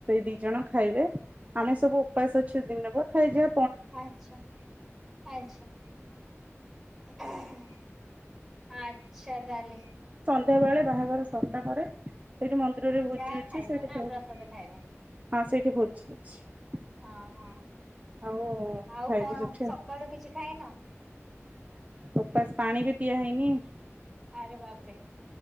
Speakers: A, on the right (about 30°); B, in the centre.
A: ଦି ଜଣ ଖାଇବେ ଆମେ ସବୁ ଉପାସ ଅଛୁ ଦିନ ପ ଖାଇଯା
B: ଆଚ୍ଛା ଆଚ୍ଛା। <inaudible> ଆଚ୍ଛା ତାହାଲେ
A: ନ୍ଧ୍ୟାବେଳେ ବାହାଘର ସରିଲା ପରେ ସେଇଠି ମନ୍ଦିରରେ ଭୋଜି
B: ଯାହା
A: ଅଛି
B: ଖାଇବ
A: ସେଇଠି
B: ନା
A: ଖାଇବୁ
B: ପ୍ରସାଦ ଖାଇବ?
A: ହଁ ସେଇଠି ଭୋଜି ଅଛି।
B: ହଁ, ହଁ
A: ଆଉ
B: ଆଉ
A: ଖାଇବୁ
B: କଣ
A: ସେଠି
B: ସକାଳୁ
A: ଆଉ
B: କିଛି ଖାଇନ?
A: ଓପାସ ପାଣି ବି ପିଆ ହେଇନି
B: ଆରେ ବାବରେ